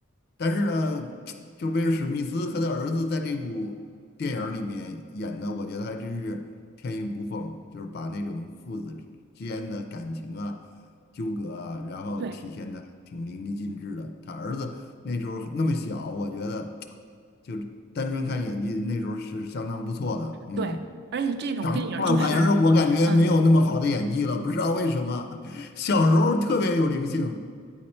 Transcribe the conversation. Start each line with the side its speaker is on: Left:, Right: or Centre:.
Left: 但是呢，就威尔史密斯和他儿子在这部电影儿里面演的，我觉得还真是天衣无缝，就是把那种父子之间的感情啊、纠葛啊，然后体现的挺淋漓尽致的。
Right: 对
Left: 他儿子那时候那么小，我觉得就单纯看演技，那时候是相当不错的。嗯，
Right: 对，而且这种电影儿就是，
Left: 看了反是我感觉没有那么好的演技了，
Right: 嗯。
Left: 不知道为什么，小时候特别有灵性